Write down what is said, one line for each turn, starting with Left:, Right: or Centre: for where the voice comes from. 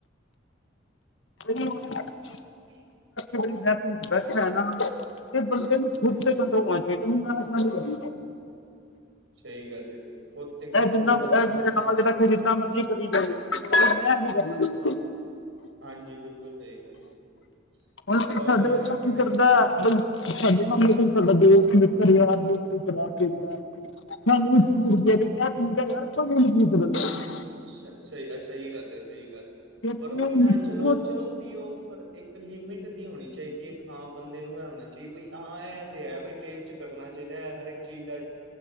Left: ਤੁ ਮ <unintelligible>
Right: <inaudible>
Left: ਕੋਈ ਮਹਿਫਿਲ 'ਚ ਬੈਠਾ ਨਾ, ਤੇ ਬੰਦੇ ਨੂੰ ਖੁੱਦ
Right: ਹਾਂਜੀ
Left: ਤੇ ਕੰਟਰੋਲ ਹੋਣਾ ਚਾਹੀਦਾ ਕਿ ਮੈਂ ਨਸ਼ਾ ਨਹੀ ਕਰਨਾ
Right: ਸਹੀ ਗੱਲ ਜੀ ਖੁਦ ਤੇ ਕੰਟਰੋਲ
Left: ਇਹ ਜਿੰਨਾ,
Right: ਹੋ ਨਾ
Left: ਇਹ
Right: ਆਪਣੇ
Left: ਮੇਰੇ ਨਾਲ ਤੇ ਬੈਠੇ, ਜਿੰਨਾ ਮਰਜ਼ੀ ਕਰੀ ਜਾਵੇ। ਮੈਂ ਕਰਨਾ <unintelligible>
Right: ਹਾਂਜੀ, ਬਿਲਕੁਲ ਸਹੀ ਗੱਲ ਹੈ ਜੀ।
Left: ਹੁਣ ਕੀ
Right: ਬ ਉਹੀ ਨਾ ਆਪਣੇ
Left: ਕਰਦਾ, ਬਈ <unintelligible> ਸਾਡੇ ਮਾਮੇ, ਕੋਈ ਸਾਡਾ ਦੋਸ-ਮਿੱਤਰ, ਯਾਰ ਕੋਈ ਸ਼ਰਾਬ ਪੀਂਦਾ ਸਾਨੂੰ
Right: ਹਾਂਜੀ
Left: ਚੜ ਤੇ ਪੀ, ਯਾਰ ਸ ਮਨ ਪੀਤ ਲ <unintelligible>
Right: ਸ ਸਹੀ-ਸਹੀ ਗੱਲ, ਸਹੀ ਗੱਲ,
Left: ਫਿਰ
Right: ਪਰ ਉਹ ਇਨਾ
Left: ਨਿੱਕੀ
Right: ਚਲੋ-ਚਲੋ ਪੀੳ ਪਰ ਇੱਕ, ਲਿਮਿਟ ਦੀ ਹੋਣੀ ਚਾਹੀਦੀ ਹੈ। ਇੱਕ ਹਾਂ ਬੰਦੇ ਨੂੰ ਇਹ ਹੋਣਾ ਚਾਹੀਦਾ, ਬਈ ਹਾਂ ਇਹ ਐ ਤੇ ਹੈ, ਬਈ ਟੇਸਟ ਕਰਨਾ ਚਾਹੀਦਾ ਹੈ, ਹਰ ਇੱਕ ਚੀਜ਼ ਦਾ।